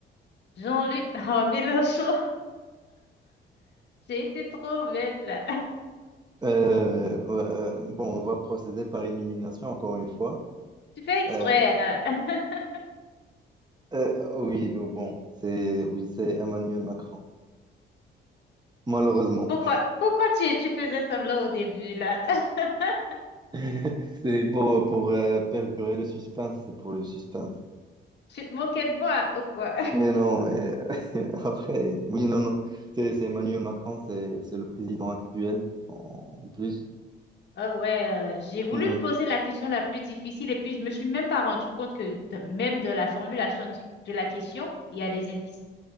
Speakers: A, on the left (about 60°); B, on the right (about 20°).
A: Jean-Luc <laughs> oh, Mélenchon. J'ai été trop bête là. <laughs>
B: Euh, ouais, euh, bon, on va procéder par élimination encore une fois.
A: Tu fais exprès.
B: Euh,
A: hein. <laughs>
B: euh, oui, oh, bon, c'est oui, c'est Emmanuel Macron. Malheureusement,
A: Pourquoi, pourquoi tu, tu faisais semblant au début là? <laughs>
B: <laughs> c'est pour pour euh, perdurer le suspense, c'est pour le suspense.
A: Tu te moquais de moi ou quoi? <laughs>
B: Mais non, mais <laughs> après, oui, non, non. C'est c'est Emmanuel Macron, c'est c'est le président actuel en en plus.
A: Ah ouais, euh, j'ai voulu
B: Mm, Oui,
A: te poser la question la plus difficile et puis je me suis même pas rendu compte que de- même de la formulation du- de la question, il y a des indices.